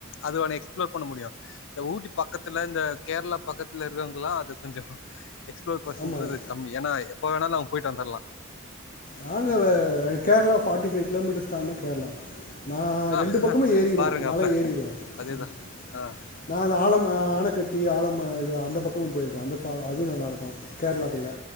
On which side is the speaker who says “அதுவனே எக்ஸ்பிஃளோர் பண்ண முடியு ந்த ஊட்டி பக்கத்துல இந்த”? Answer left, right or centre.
Left